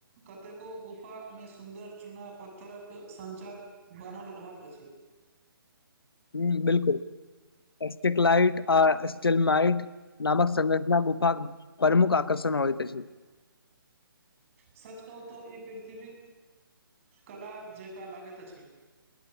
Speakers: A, on the right (about 35°); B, on the left (about 80°).
A: कतेको गुफामे सुन्दर चूना पत्थरक सञ्चार बनल रहैत अछि
B: ह बिलकुल एस्टिक लाइट आ स्टिल माइट नामक संरचना गुफा प्रमुख आकर्षण होइ त अछि
A: सच कहू तऽ ई पृथ्वी कला जेका लागैत अछि